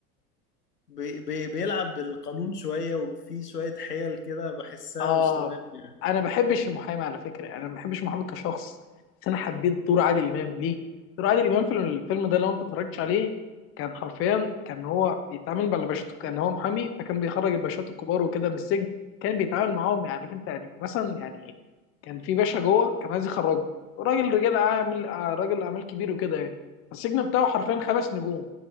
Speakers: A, on the left; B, on the left.
A: بي... بي... بيلعب بالقانون شوية وفي شوية حيل كده بحسها
B: اه
A: مش تمام يعني
B: انا ما بحبش المحامي على فكره يعني انا ما بحبش المحامي كشخص بس انا حبيت دور عادل امام ليه دور عادل امام في الفيلم ده لو انت اتفرجتش عليه كان حرفيا كان هو بيتعامل مع الباشات كان هو محامي فكان بيخرج الباشات الكبار وكده من السجن كان بيتعامل معاهم يعني عارف انت يعني مثلا يعني كان في باشا جوه كان عايز يخرجه راجل رجال اعمال آه، راجل اعمال كبير وكده يعني السجن بتاعه حرفيا خمس نجوم